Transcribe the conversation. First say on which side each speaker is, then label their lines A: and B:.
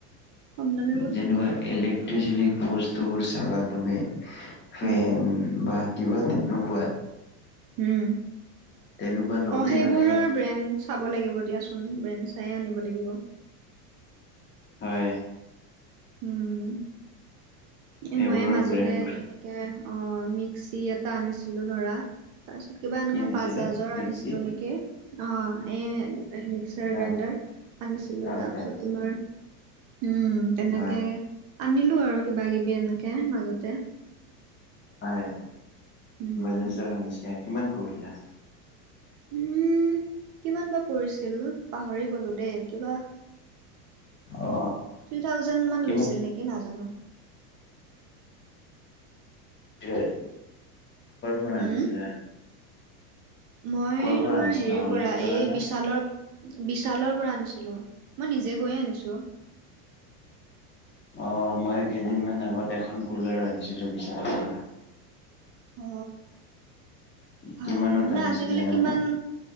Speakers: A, on the right; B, on the left.
A: কম দামী বস্তুটো
B: যেনে ইলেকট্ৰিচিটি
A: লৈ আহো
B: বস্তুবোৰ চালা তুমি ফেন
A: উম
B: বা কিবা তেনেকুৱা,
A: উম,
B: তেনেকুৱা লওঁতে
A: অ' সেইবোৰৰ
B: মানে
A: ব্ৰেণ্ড চাব লাগিব দিয়াচোন ব্ৰেণ্ড চায়ে আনিব লাগিব।
B: হয়।
A: উম,
B: সেইবোৰৰ
A: এ ময়ে মাজতে
B: ব্ৰেণ্ডবোৰ
A: তেনেকে অ মিক্সি এটা আনিছিলো ধৰা, তাৰ পিছত কিবা এনেকা
B: কি আনিছিলে
A: বাজাজৰ
B: মিক্সি
A: আনিছিলো নেকি? অ, এ মিক্সাৰ
B: অহ
A: গ্ৰাইণ্ডাৰ আনিছিলো
B: অহ
A: তাৰপিছত তোমাৰ উম, তেনেকে
B: হয়
A: আনিলো আৰু কিবা কিবি এনেকে মাজতে।
B: হয়,
A: উম,
B: বাজাজৰ আনিছে কিমান পৰিলা?
A: উম, কিমান বা পৰিছিল পাহৰি গলো দেই কিবা
B: অ
A: থ্ৰী থাউজেণ্ড মমান
B: কিমান
A: লৈছিল নেকি নাজানো।
B: কৰ পৰা
A: হুম,
B: আনিছিলা?
A: মই
B: কৰ পৰা
A: তোমাৰ
B: আনিছিলা
A: হেৰিৰ
B: অনলাইন
A: পৰা
B: ললা
A: এই
B: না
A: বিশালৰ বিশালৰ পৰা আনিছিলো, মই নিজে গৈয়ে আনিছো।
B: অ, মই কেইদিনমান আগত এখন কুলাৰ আনিছিলো বিশালৰ পৰা।
A: অ, ভাল
B: কিমানত
A: মানে
B: আনিছোঁ
A: আজিকালি
B: জানানে?
A: কিমান